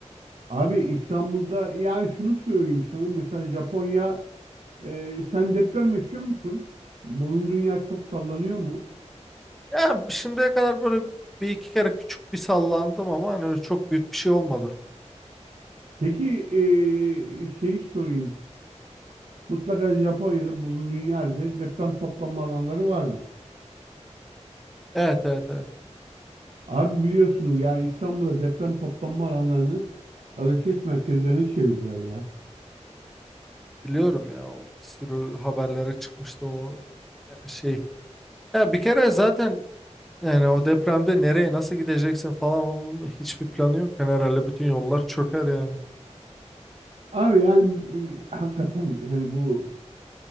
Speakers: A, on the right (about 65°); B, in the centre.
A: Abi İstanbul'da yani şunu söyleyeyim sana. Mesela Japonya Ee, sen deprem yaşıyor musun? Bulunduğun yer çok sallanıyor mu?
B: Yani şimdiye kadar böyle bir iki kere küçük bir sallandım ama hani öyle çok büyük bir şey olmadı.
A: Peki ee, şeyi sorayım. Mutlaka Japonya'da bulunduğun yerde deprem toplanma alanları vardır.
B: Evet evet evet
A: Abi biliyorsunuz ya İstanbul'da deprem toplanma alanlarını alışveriş merkezlerine çevirdiler ya.
B: biliyorum ya o bir sürü haberlere çıkmıştı o e, şey. Ya bir kere zaten Yani o depremde nereye nasıl gideceksin falan onun hiçbir planı yok. Yani herhalde bütün yollar çöker yani.
A: Abi yani e, hakikaten hani bu